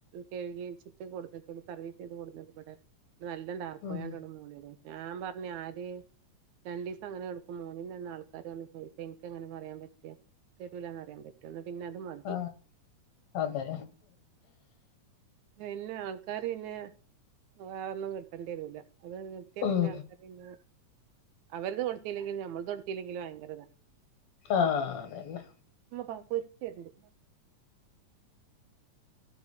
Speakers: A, on the right; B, on the left.
A: കേഴ്കി വച്ചിട്ട് കൊട്‌ന്ക്ക്ണ്. സർവീസ് ചെയ്ത് കൊട്ന്ന്ണ് പടെ നല്ല താർപായോണ്ട്ട്
B: ഉം
A: മൂടിടും. ഞാൻ പറഞ് ആര് രണ്ടിസം അങ്ങനെ കെട്ക്കു മൂന്നിന്റെ അന്ന് ആൾക്കാരവന്ന് ചോദിച്ചാ, ഇൻക്കെങ്ങനെ പറയാൻ പറ്റാ. തരൂലാന്ന് പറിയാൻ പ റ്റോ, ന്നാ പിന്നെ അത് മതി.
B: ആഹ് അതെ
A: പിന്നെ ആൾക്കാര് പിന്നെ. വേറെന്നും കിട്ടേണ്ടി വരൂല. അത് കിട്ടിയ
B: ഉം
A: പിന്നെ ആൾക്കാർ പിന്നെ അവർത് കൊടുത്തില്ലെങ്കിലും. ഞമ്മൾത് കൊടുത്തില്ലെങ്കിലും ഭയങ്കര താ
B: ആഹ് അതന്നെ
A: മ്മ പാ പ്പൊരിച്ചര്ണ്ട്.